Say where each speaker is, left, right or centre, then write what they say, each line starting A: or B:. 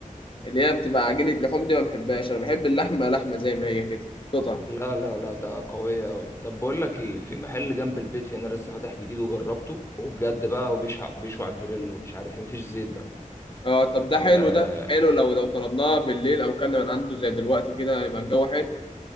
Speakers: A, on the left; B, on the left.
A: اللي هي بتبقى عجينه لحوم دي ما بحبهاش انا بحب اللحمه لحمه زي ما هي كده قطع
B: لا لا لا ده قوية أوي طب بقول لك إيه في محل جنب البيت هنا لسه فاتح جديد وجربته وبجد بقى وبيشوي بيشوي على الجريل ومش عارف إيه مفيش زيت بقى
A: اه طب ده
B: آه,
A: حلو ده حلو لو لو طلبناه بالليل او كنا من عنده زي دلوقتي كده يبقى الجو حلو